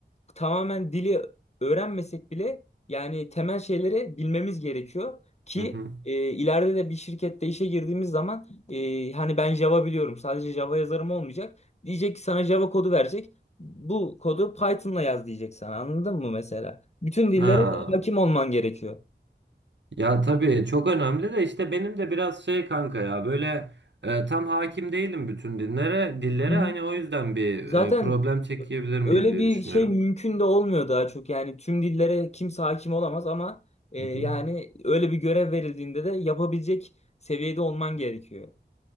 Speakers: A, on the left; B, on the right.
A: tamamen dili öğrenmesek bile yani temel şeyleri bilmemiz gerekiyor ki
B: Hı hı.
A: e, ileride de bir şirkette işe girdiğimiz zaman e, hani ben Java biliyorum sadece Java yazarım olmayacak. Diyecek ki sana Java kodu verecek. Bu kodu Python'la yaz diyecek sana. Anladın mı mesela? Bütün dillere
B: Ha.
A: hakim olman gerekiyor.
B: Ya tabii çok önemli de işte benim de biraz şey kanka ya böyle e, tam hakim değilim bütün dinlere, dillere
A: Hı hı.
B: hani o yüzden bir
A: Zaten
B: e, problem çekebilir miyim
A: öyle
B: diye
A: bir
B: düşünüyorum.
A: şey mümkün de olmuyor daha çok. Yani tüm dillere kimse hakim olamaz ama e,
B: Hı
A: yani
B: hı.
A: öyle bir görev verildiğinde de yapabilecek seviyede olman gerekiyor.